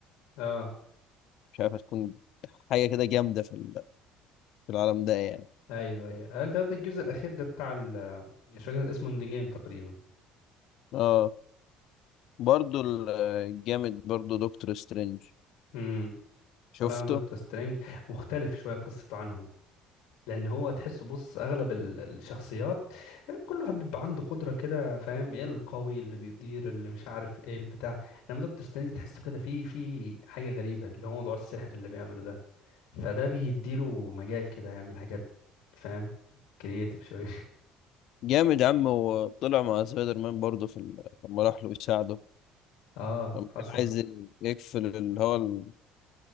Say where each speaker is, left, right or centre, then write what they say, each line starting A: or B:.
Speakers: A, on the left; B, on the left.
A: اه
B: مش عارف هتكون حاجه كده جامده في ال... في العالم ده يعني
A: ايوه ايوه هل ده, ده الجزء الاخير ده بتاع ال مش فاكر اسمه اند جيم تقريبا
B: اه برضو ال- الجامد برضو دكتور سترينج
A: امم
B: شفته
A: هل انا دكتور سترينج مختلف شويه قصته عنهم لان هو تحسه بص اغلب ال- الشخصيات كله بيبقى عنده قدره كده فاهم ايه القوي اللي بيطير اللي مش عارف ايه البتاع لما دكتور ستانلي تحسه كده في في حاجه غريبه اللي هو موضوع السحر اللي بيعمله ده فده بيديله مجال كده يعمل حاجات فاهم كرييتيف شويه <laughs>
B: جامد يا عم هو طلع مع سبايدر مان برضو في ال... لما راح له يساعده
A: اه
B: لما
A: حصل
B: كان عايز يقفل اللي هو ال-